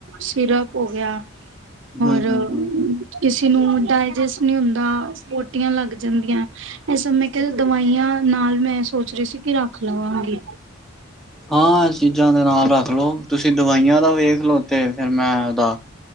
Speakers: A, on the right; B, in the centre.
A: ਸਿਰਪ ਹੋ ਗੇਆ।
B: ਹੂੰ,
A: ਹੋਰ
B: ਹੂੰ, ਹੂੰ, ਹੂੰ।
A: ਕਿਸੇ ਨੂੰ ਡਾਇਜੈਸਟ ਨਈ ਹੁੰਦਾ ਪੋਟੀਆਂ ਲੱਗ ਜਾਂਦੀਆਂ। ਇਸ ਸਮੇਂ ਕਿ ਦਵਾਈਆਂ ਨਾਲ ਮੈਂ ਸੋਚ ਰਈ ਸੀ ਕਿ ਰੱਖ ਲਵਾਂਗੀ।
B: ਹਾਂ ਐ ਚੀਜ਼ਾਂ ਦੇ ਨਾਲ ਰੱਖ ਲਓ। ਤੁਸੀ ਦਵਾਈਆਂ ਦਾ ਵੇਖ ਲਓ ਤੇ ਫਿਰ ਮੈਂ ਉਦਾ